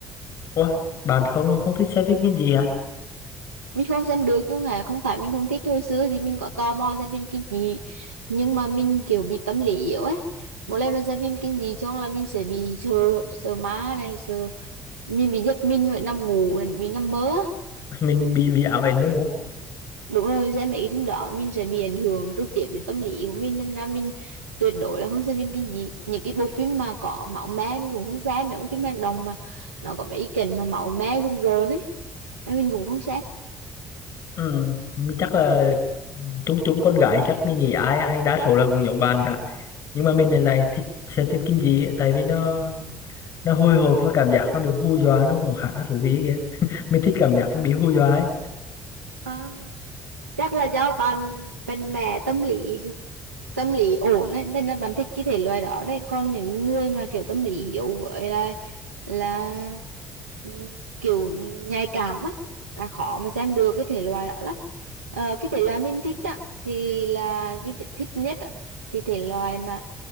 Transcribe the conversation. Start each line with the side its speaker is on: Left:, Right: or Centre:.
Left: ủa bạn không không thích xem phim kinh gì hả
Right: mình không xem được chứ không phải không phải mình không thích hồi xưa thì mình có tò mò xem phim kinh dị nhưng mà mình kiểu bị tâm lý yếu ấy một lần mà xem phim kinh dị xong là mình sẽ bị sợ sợ ma này sợ mình bị giật mình rồi nằm ngủ rồi bị nằm mơ
Left: <laughs> mình bị bị ám ảnh luôn đúng không
Right: đúng rồi xem mấy cái phim đó mình sẽ bị ảnh hưởng trực tiếp đến tâm lý của mình nên ra mình tuyệt đối là không xem phim cái gì những cái bộ phim mà có máu me mình cũng không xem những phim hành động mà nó có mấy ý cảnh mà máu me rùng rợn ấy nên mình cũng không xem
Left: ừ, mình chắc là chúng chúng con gái chắc mình nghĩ ai ai đa số là cũng giống bạn cả nhưng mà mình lại lại thích xem phim kinh dị ấy, tại vì nó nó hồi hộp và cảm giác nó được hù dọa nó cũng khá là thú vị kìa <laughs> mình thích cảm giác nó bị hù dọa ấy
Right: À, chắc là do bạn mạnh mẹ tâm lý tâm lý ổn ấy, nên là bạn thích cái thể loại đó đấy còn những người mà kiểu tâm lý yếu với là là ừm, kiểu nhạy cảm á là khó mà xem được cái thể loại đó lắm Ờ, cái thể loại mình thích á thì là cái th- thích nhất á, thì thể loại mà